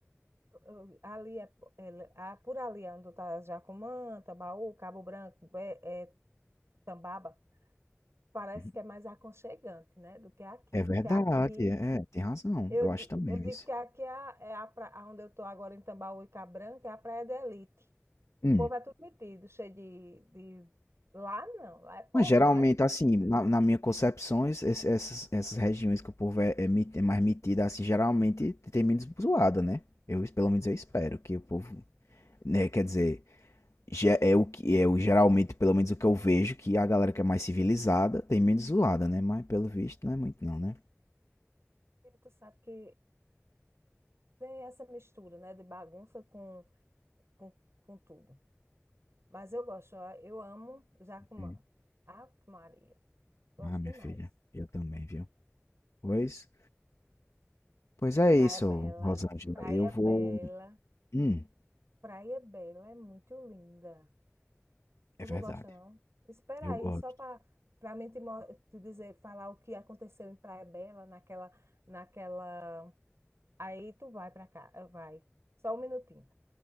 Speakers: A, on the right (about 70°); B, on the left (about 85°).
A: Eu- eu- ali é, é- ah, por ali é onde tá Jacumã, Tambaú, Cabo Branco, é, é Tambaba. parece
B: Uhum.
A: que é mais aconchegante, né, do que aqui,
B: É
A: porque
B: verdade,
A: aqui
B: é, é, tem razão.
A: eu,
B: Eu
A: di-
B: acho também,
A: eu digo
B: viu?
A: que aqui é a, é a pra- a onde eu estou agora em Tambaú Tambaúca Branca, é a praia de elite. O
B: Hum.
A: povo é tudo metido, cheio de, de... Lá não, lá é povão,
B: Mas geralmente,
A: é povo.
B: assim, na, na minha concepção, es- es- essas, essas regiões que o povo é, é met- é mais metido, assim, geralmente tem menos zoada, né? Eu, pelo menos eu espero que o povo, né, quer dizer. ge- é o que é o geralmente, pelo menos o que eu vejo, que é a galera que é mais civilizada tem menos zoada, né? Mas pelo visto não é muito não, né?
A: E Tu sabe que tem essa mistura, né, de bagunça com, com, com tudo. Mas eu gosto, ó, eu amo Jacumã.
B: Uhum.
A: Ave Maria, gosto
B: Ah, minha
A: demais.
B: filha, eu também, viu? Pois, pois é isso,
A: Praia Bela,
B: Rosângela.
A: Praia
B: Eu vou.
A: Bela,
B: Hum,
A: Praia Bela é muito linda. Tu
B: é verdade.
A: não gosta, não? Espera
B: Eu
A: aí,
B: gosto.
A: só para para mim te, mo- te dizer, falar o que aconteceu em Praia Bela, naquela, naquela. Aí tu vai para cá, eh, vai. Só um minutinho.